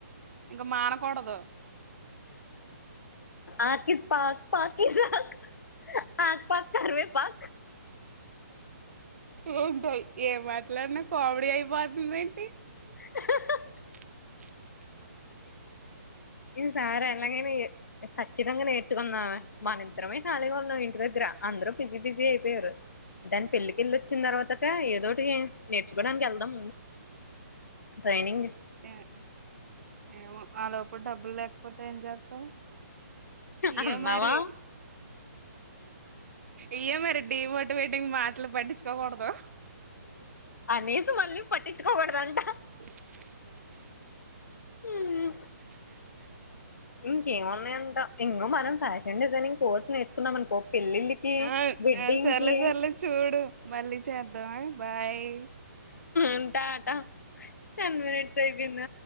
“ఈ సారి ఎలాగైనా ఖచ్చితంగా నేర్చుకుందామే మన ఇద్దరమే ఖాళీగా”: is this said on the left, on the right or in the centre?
Left